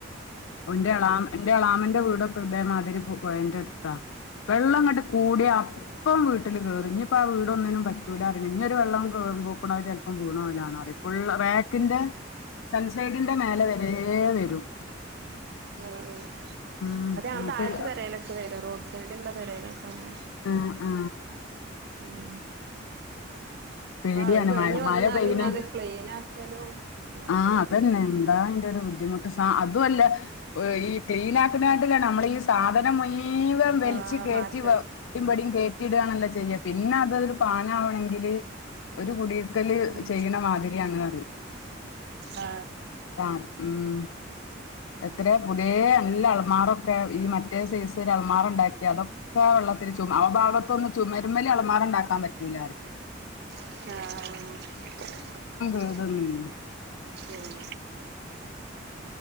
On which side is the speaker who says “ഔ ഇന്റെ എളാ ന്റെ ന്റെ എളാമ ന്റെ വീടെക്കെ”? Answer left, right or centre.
Left